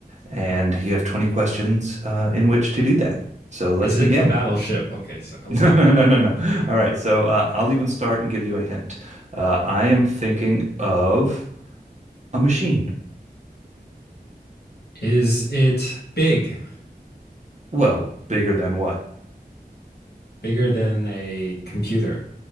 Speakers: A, on the right; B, on the left.
A: And you have 20 questions uh, in which to do that. So let's
B: Is
A: begin.
B: it a battleship?
A: <laughs>
B: Okay, so let's
A: No,
B: go.
A: no, no, no, no. All right. So uh, I'll even start and give you a hint. Uh, I am thinking of A machine.
B: Is it big,
A: Well, bigger than what?
B: bigger than a computer?